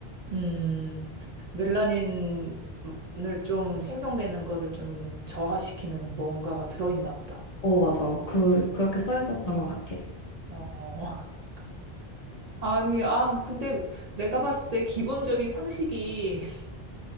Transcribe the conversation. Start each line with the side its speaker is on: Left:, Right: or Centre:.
Right: 음, 멜라닌을 좀 생성되는 거를 좀 저하시키는 뭔가가 들어있나 보다.
Left: 어 맞아 그 그렇게 써있었던 것 같아.
Right: 어. <laughs> 아니, 아, 근데 내가 봤을 때 기본적인 상식이 <laughs>